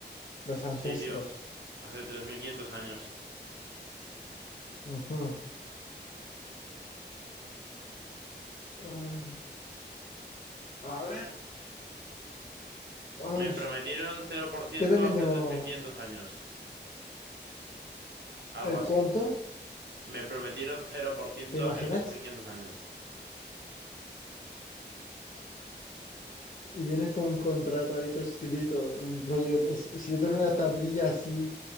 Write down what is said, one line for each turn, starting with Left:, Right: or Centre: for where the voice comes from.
Left: los ancestros.
Right: Sí, tío. Hace 3.500 años.
Left: Ujú. Ay, a ver. Ay,
Right: Me prometieron cero por ciento
Left: yo también
Right: hace
Left: tengo
Right: tres mil quinientos años. Algo
Left: el
Right: así.
Left: cuánto.
Right: Me prometieron cero por ciento
Left: ¿Te imaginas?
Right: hace tres mil quinientos años.
Left: Y tienes como un contrato ahí todo escrito, un rollo, es- escrito en una tablilla así,